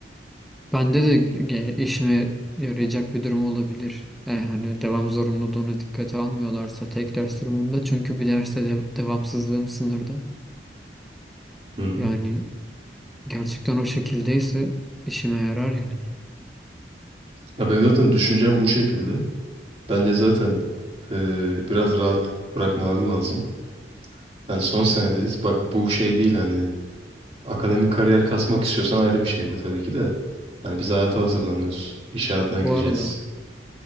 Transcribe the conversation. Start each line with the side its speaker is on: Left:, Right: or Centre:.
Centre: bende de ge- işime yarayacak bir durum olabilir. E, hani devam zorunluluğunu dikkate almıyorlarsa tek ders durumunda çünkü bir derste de, devamsızlığım sınırda.
Right: Hı hı.
Centre: Yani Gerçekten o şekildeyse işime yarar yani.
Right: Ya ben zaten düşüncem bu şekilde. Bence zaten e, biraz rahat bırakmaları lazım. Yani son senedeyiz. Bak bu şey değil hani Akademik kariyer kasmak istiyorsan ayrı bir şey bu tabii ki de. Hani biz hayata hazırlanıyoruz. İş hayatına gireceğiz.
Centre: Bu arada